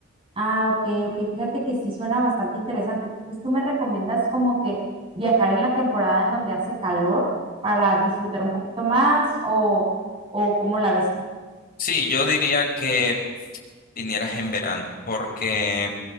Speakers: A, on the right; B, on the left.
A: Ah, ok, ok. Fíjate que sí suena bastante interesante. Entonces, ¿tú me recomiendas como que viajar en la temporada en donde hace calor para disfrutar un poquito más o, o cómo la ves tú?
B: Sí, yo diría que vinieras en verano, porque